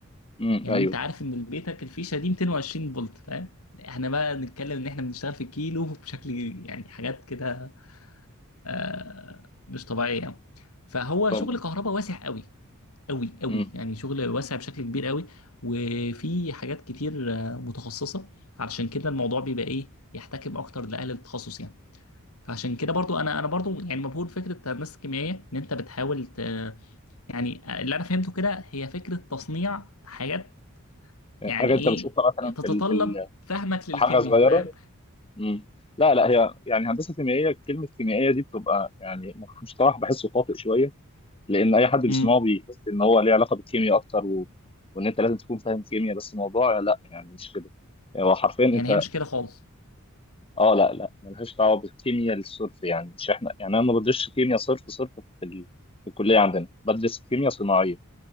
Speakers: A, on the left; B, on the left.
A: امم
B: يعني
A: أيوه
B: انت عارف ان البيتك الفيشه دي 220 فولت فاهم احنا بقى نتكلم ان احنا بنشتغل في كيلو <laughs> بشكل يعني حاجات كده آه مش طبيعيه يعني. فهو
A: طب
B: شغل كهرباء واسع قوي قوي قوي
A: امم
B: يعني شغل واسع بشكل كبير قوي وفي حاجات كتير آه، متخصصه علشان كده الموضوع بيبقى ايه يحتكم اكتر لاهل التخصص يعني فعشان كده برضو انا انا برضو يعني مبهور فكره الناس الكيميائيه ان انت بتحاول ت- يعني اللي انا فهمته كده هي فكره تصنيع حاجات
A: حاجة
B: يعني ايه
A: أنت بتشوفها مثلا
B: تتطلب
A: في ال- في ال-
B: فهمك للكيمياء
A: في حاجة صغيرة
B: فاهم
A: امم لا لا هي يعني هندسة كيميائية كلمة كيميائية دي بتبقى يعني مصطلح بحسه خاطئ شوية لأن أي حد بيسمعه
B: امم
A: بيحس إن هو ليه علاقة بالكيمياء أكتر و... وإن أنت لازم تكون فاهم كيمياء بس الموضوع لا يعني مش كده يعني هو حرفيا أنت
B: يعني هي مش كده خالص
A: اه لا لا ملهاش دعوه بالكيمياء الصرف يعني مش احنا يعني انا ما بدرسش كيمياء صرف صرف في, ال... في الكليه عندنا بدرس كيمياء صناعيه